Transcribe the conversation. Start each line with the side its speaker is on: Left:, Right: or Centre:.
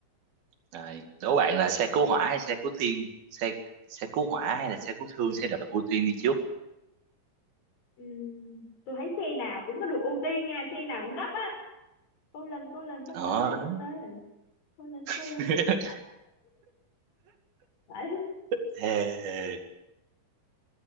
Right: rồi đố bạn là xe cứu hỏa hay xe cứu thương xe xe cứu hỏa hay là xe cứu thương sẽ được ưu tiên đi trước
Left: ừm. tôi thấy xe nào cũng có được ưu tiên nha xe nào cũng gấp á cố lên cố lên sắp
Right: ờ
Left: tới rồi sắp
Right: đúng
Left: tới rồi cố lên
Right: <laughs>
Left: cố lên <laughs> Phải.
Right: Thề.